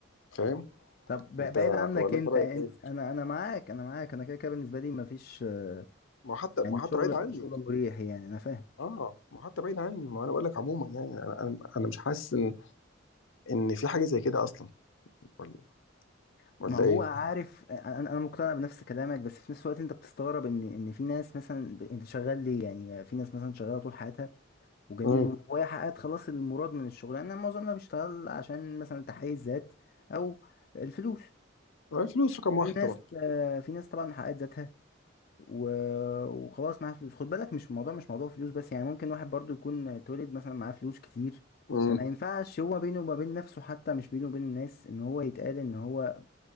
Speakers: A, on the left (about 80°); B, on the left (about 50°).
A: فاهم
B: طب ب-
A: انت
B: بعيد عنك
A: ولا
B: انت
A: انت رايك
B: انت-
A: ايه
B: انا انا معاك انا معاك انا كده كده بالنسبه لي مفيش آه،
A: ما هو حتى
B: يعني
A: ما هو
B: شغل
A: حتى بعيد عني
B: شغل مريح يعني انا فاهم
A: اه ما هو حتى بعيد عني ما انا بقول لك عموما يعني انا انا أنا مش حاسس ان ان في حاجة زي كده اصلا ولا
B: ما
A: ولا
B: هو
A: ايه
B: عارف انا انا مقتنع بنفس كلامك بس في نفس الوقت انت بتستغرب ان ان في ناس مثلا ب- انت شغال ليه يعني في ناس مثلا شغاله طول حياتها وجميل
A: امم
B: وهي حققت خلاص المراد من الشغل انا معظمنا بيشتغل عشان مثلا تحقيق الذات او الفلوس
A: الفلوس رقم واحد
B: في ناس
A: طبعا
B: آه، في ناس طبعا حققت ذاتها و... وخلاص معاه فلوس خد بالك مش الموضوع مش موضوع فلوس بس يعني ممكن واحد برضو يكون اتولد مثلا معاه فلوس كتير
A: امم
B: فما ينفعش هو بينه وما بين نفسه حتى مش بينه وبين الناس ان هو يتقال ان هو